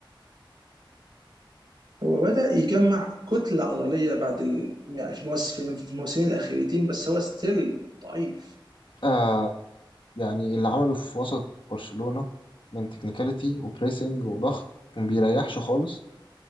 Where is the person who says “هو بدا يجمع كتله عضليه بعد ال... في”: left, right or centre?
Right